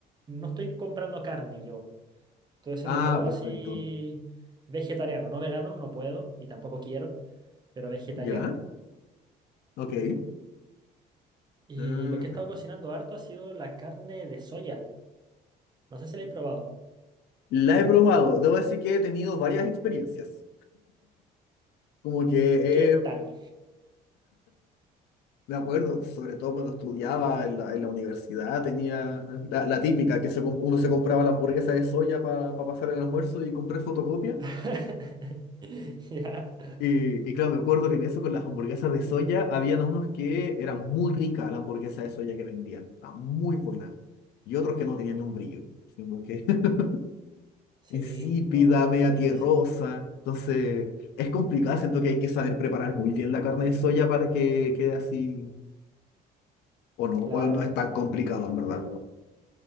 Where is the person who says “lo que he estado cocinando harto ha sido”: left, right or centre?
Right